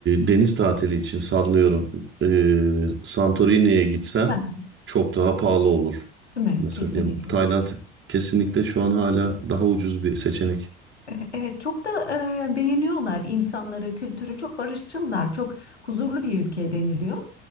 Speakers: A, on the right; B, on the left.
A: deniz tatili için sallıyorum. E, Santorini'ye gitsen
B: Ha,
A: çok daha pahalı olur.
B: değil mi?
A: Mesela
B: Kesinlikle.
A: diyelim Tayland kesinlikle şu an hala daha ucuz bir seçenek.
B: E, Evet, çok da e, beğeniyorlar insanları, kültürü çok barışçılar, çok huzurlu bir ülke deniliyor.